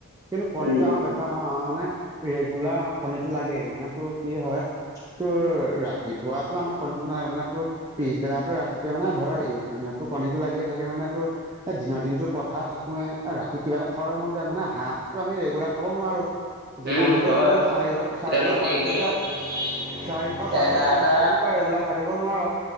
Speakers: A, on the right; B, on the right.
A: কিন্তু কণীটো
B: উম
A: আমাৰ বেচ- চা নহয় মানে ৰেগুলাৰ আমাৰ কণীটো লাগেই মানে তোৰ কি হয় তোৰ ৰাতিপুৱাতো আমাৰ কণীটো নালাগে মানে তোৰ পিছবেলাতো ৰাতিটোৱে মানে ধৰ এইকেইদিনতটো কণীটো লাগিয়ে থাকে মানে তোৰ এ দিনৰ দিনতো পথাৰত থাকোয়ে এ ৰাতি কিবা এটা খাবলৈ মন যায় মানে হাঁহ টোতো আমি ৰেগুলাৰ খাব নোৱাৰো। যিমান
B: উম
A: হলেও
B: হয়
A: তোৰ চাৰিশ চাৰিশ,
B: এতিয়ানো ডেইলিনো
A: পাঁচশ টকীয়া চাৰিশ, পাঁছশ
B: এটা
A: টকীয়া
B: এটা
A: হাঁহ টোতো তই ৰেগুলাৰ খাই থাকিব নোৱাৰ।